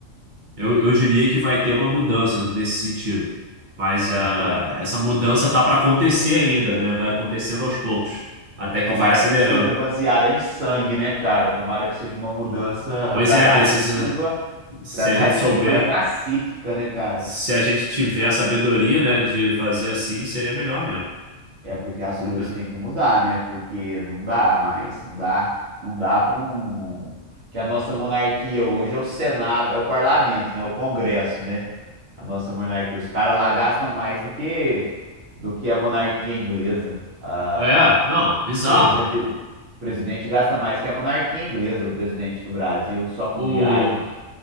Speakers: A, on the right; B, on the right.
A: Eu, eu diria que vai ter uma mudança nesse sentido. Mas ah,
B: é, to-
A: essa mudança tá para acontecer ainda, né? Vai acontecendo aos poucos, até que
B: tomara
A: vai acelerando.
B: que não seja baseada em sangue, né, cara? Tomara que seja uma mudança
A: Pois
B: gradativa,
A: é, precisa, se
B: gradativa
A: a gente souber,
B: e pacífica, né, cara?
A: se a gente tiver a sabedoria, né, de fazer assim, seria melhor mesmo.
B: É porque as
A: Muito
B: coisas
A: melhor.
B: têm que mudar, né? Porque não dá mais, não dá, não dá para um que a nossa monarquia hoje é o Senado, é o parlamento, né? O Congresso, né? A nossa monarquia, os caras lá gastam mais do que do que a monarquia inglesa. Ah,
A: É. É, não, bizarro.
B: o pre- presi- o presidente gasta mais que a monarquia inglesa, o presidente do Brasil, só com
A: O
B: viagens.